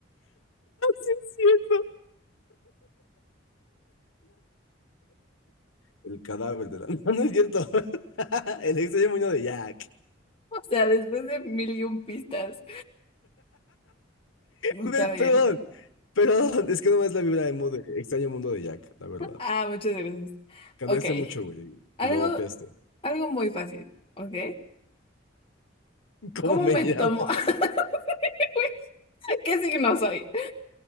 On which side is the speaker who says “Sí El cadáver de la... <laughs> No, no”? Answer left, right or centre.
Left